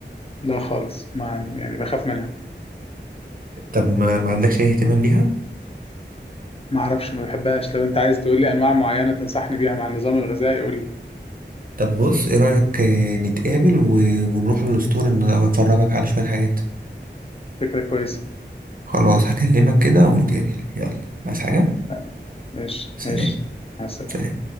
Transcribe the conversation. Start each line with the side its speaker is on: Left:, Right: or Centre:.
Left: لا خالص ما يعني بخاف منها
Right: طب ما ما عندكش اي اهتمام ليها
Left: ما اعرفش ما بحبهاش لو انت عايز تقول لي انواع معينة تنصحني بيها مع النظام الغذائي قول لي
Right: طب بص ايه رأيك آه، نتقابل و... ونروح للاسطور ان افرجك على شوية حاجات
Left: فكرة كويسة
Right: خلاص هكلمك كده ونتقابل يلا
Left: <laughs>
Right: عايز حاجة
Left: اتفقنا ماشي
Right: سلام
Left: ماشي مع السلامة
Right: سلام